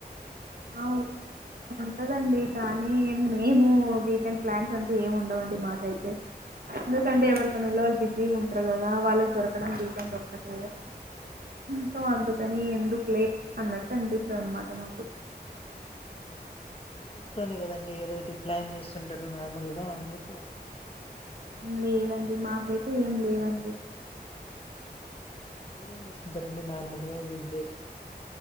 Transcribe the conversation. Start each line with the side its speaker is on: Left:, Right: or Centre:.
Left: వీకండ్స్
Right: ఆ!
Left: ప్లాన్స్
Right: ఉంటదండి. కానీ మేము వీకెండ్ ప్లాన్స్ అంటూ ఏమి ఉండవండి మాకైతే ఎందుకంటే ఎవరి పనుల్లో వాళ్ళు బిజీ ఉన్ తరు కదా వాళ్ళకి దొరకడం వీకెండ్ ఒక్కటే గా మ్మ్ తో అందుకని మ్మ్ అందుకులే అన్నట్టు అనిపిస్తది అనమాట మాకు
Left: బిగెన్స్లో నే కదండి ఏదోటి ప్లాన్ చేస్తుంటారు నార్మల్గా అందుకు అడిగాను
Right: లేదండి మాకైతే ఏం లేవండి
Left: మీరేం చేస్తుంటారండి నార్మల్గా వీక్డేస్ లో